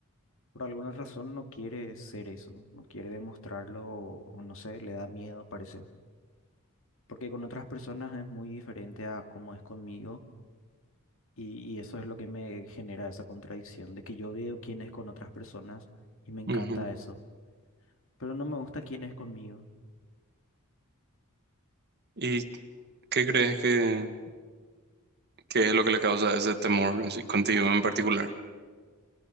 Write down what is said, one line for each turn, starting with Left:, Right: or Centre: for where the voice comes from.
Left: Por alguna razón no quiere ser eso, no quiere demostrarlo o, o no sé, le da miedo, parece. Porque con otras personas es muy diferente a cómo es conmigo y, y eso es lo que me genera esa contradicción de que yo veo quién es con otras personas y me encanta
Right: Ujú.
Left: eso, pero no me gusta quién es conmigo.
Right: ¿Y qué crees que, que es lo que le causa ese temor así contigo en particular?